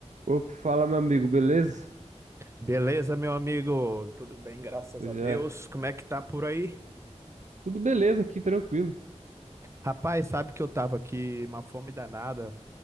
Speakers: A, on the right (about 85°); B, on the right (about 25°).
A: Opa, fala, meu amigo, beleza?
B: Beleza, meu amigo? Tudo bem, graças
A: Já
B: a Deus.
A: é.
B: Como é que tá por aí?
A: Tudo beleza aqui, tranquilo.
B: Rapaz, sabe que eu tava aqui uma fome danada.